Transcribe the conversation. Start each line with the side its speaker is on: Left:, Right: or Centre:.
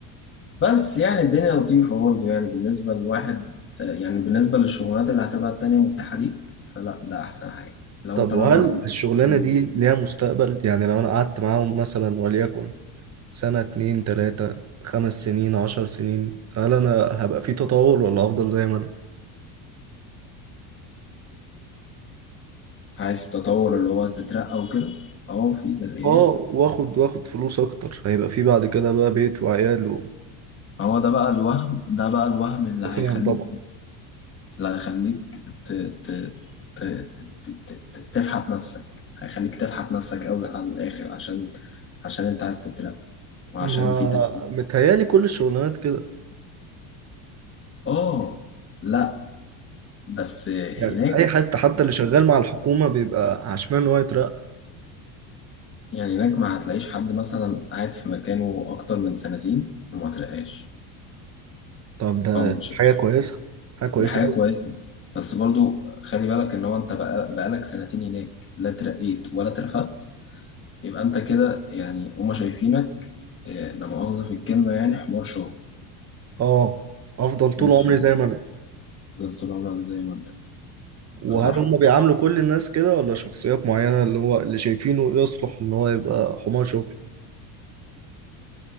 Left: بس يعني الدنيا لطيفة برضه يعني بالنسبة للواحد يعني بالنسبة للشغلانات اللي هتبقى التانية متاحة ليك فلا ده أحسن حاجة لو
Right: طب
Left: أنت
Right: وهل
Left: راجل ما عندكش
Right: الشغلانة
Left: أي
Right: دي ليها مستقبل؟ يعني لو أنا قعدت معاهم مثلا وليكن سنة اتنين تلاتة خمس سنين عشر سنين هل أنا هبقى في تطور ولا أفضل زي ما أنا؟
Left: عايز تطور اللي هو تترقى وكده أهو في ترقيات
Right: اه واخد واخد فلوس اكتر هيبقى في بعد كده بقى بيت وعيال و...
Left: هو ده بقى الوهم ده بقى الوهم اللي هيخليك
Right: فاهم طبعا
Left: لا هيخليك ت... ت... ت... ت... ت... ت... ت- تفحت نفسك هيخليك تفحت نفسك قوي على الآخر عشان عشان انت عايز تترقى وعشان
Right: ما
Left: في ترقى
Right: متهيالي كل الشغلانات كده
Left: اه لا بس
Right: يعني
Left: هناك
Right: اي حد حتى اللي شغال مع الحكومة بيبقى عشمان ان هو يترقى
Left: يعني هناك ما هتلاقيش حد مثلا قاعد في مكانه أكتر من سنتين وما ترقاش
Right: طب ده
Left: أو مشيش
Right: حاجة كويسة حاجة كويسة
Left: دي حاجة
Right: أوي
Left: كويسة بس برضو خلي بالك إن هو أنت بقى- بقالك سنتين هناك لا ترقيت ولا اترفدت يبقى انت كده يعني هما شايفينك آه، لا مؤاخذة في الكلمة يعني حمار شغل
Right: اه افضل طول
Left: انت
Right: عمري زي
Left: مش
Right: ما انا
Left: هتفضل طول عمرك زي ما انت
Right: وهل
Left: اه صح
Right: هم بيعاملوا كل الناس كده ولا شخصيات معينة اللي هو اللي شايفينه يصلح ان هو يبقى حمار شغل